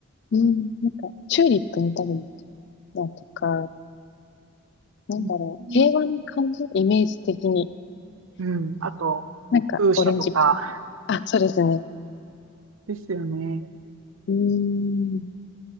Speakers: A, on the left; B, on the right.
A: うん。なんか、チューリップ見たりだとか、なんだろう、
B: うん
A: 平和な感じイメージ的に。
B: うん。あと、
A: なんか、
B: 風車とか、
A: オレンジっぽい。あ、そうですね。
B: ですよね。
A: うーん。